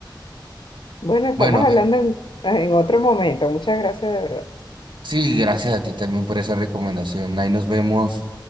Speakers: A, on the left; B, on the right.
A: Bueno, estamos
B: Bueno,
A: hablando
B: eh,
A: en, en otro momento. Muchas gracias de verdad.
B: sí, gracias a ti también por esa recomendación. Ahí nos vemos.